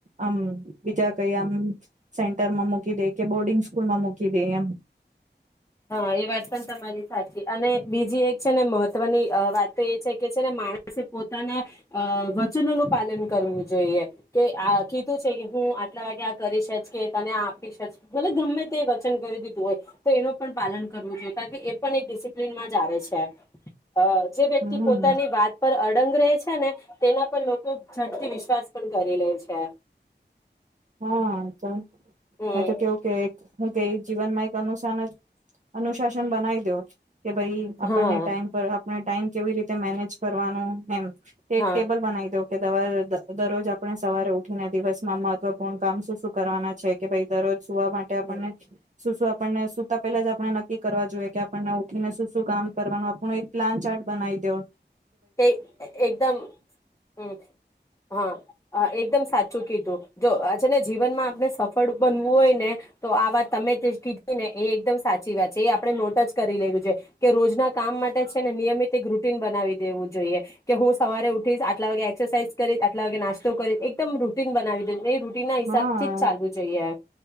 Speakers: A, on the right (about 40°); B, on the left (about 15°).
A: આમ બીજા કઈ આમ સેન્ટરમાં મૂકી દે કે બોર્ડિંગ સ્કૂલમાં મૂકી દે એમ
B: હા એ વાત પણ તમારી સાચી અને બીજી એક છે ને મહત્વની વાત તો એ છે કે છે ને માણસે પોતાના અ વચનોનુંું પાલન કરવું જોઈએ કે આ કીધું છે કે હું આટલા વાગે આ કરીશ કે તને આપી શ મ ગમે તે વચન કરી્યું દીધું હોય તો એનો પાલન કરવું જોઈએ કારણ કે એ પણ એક ડિસિપ્લિન માં જ છે અ જે વ્યક્તિ
A: હમ
B: પોતાની વાત પર ંગ રહે છે ને તેના પર લોકો ઝડથી વિશ્વાસ પણ કરી લે છે
A: હા તો
B: હમ
A: એ તો કેવું કે હું ક જીવનમાં એક અનુશાન અનુશાસન બનાવી દો કે ભાઈ આપણને
B: હા
A: ટાઈમ પર ટાઈમ કેવી રીતે મેનેજ કરવાનું એમ એક
B: હા
A: ટેબલ બનાવી દવ કે દવા દરરોજ આપણે સવારે ઉઠીને દિવસમાં મત મહત્વપૂર્ણ કામ શું શું કરવાના છે કે ભાઈ દરરોજ વા માટે આપણને
B: હમ
A: શું શું આપ આપણને શુંતા પહેલા જ આપણે નક્કી કરવા જોઈએ કે આપણને ઉઠીને શું શું કામ કરવાનું આપણું એક પ્લાન ચાર્ટ બનાવી દવ
B: તે એકદમ હમ. હા એકદમ સાચું કીધું જો આ છેે ને જીવનમાં આપણે સફળ બનવું હોય ને તો આ વાત તમે જે કીધી ને એ એકદમ સાચી વાત છે એ આપણે નોટ જ કરી લેવી છે કે રોજના કામ માટે છે ને નિયમિત એક રૂટીન બનાવી દેવું જોઈએ કે હું સવારે ઉઠીસ આટલા વાગે એક્સસાઇઝ કરી આટલા વાગે નાસ્તો કરી એકદમ રૂટીન બનાવી દ ના હિસાબથી
A: હા
B: જ ચાલવું જોઈએ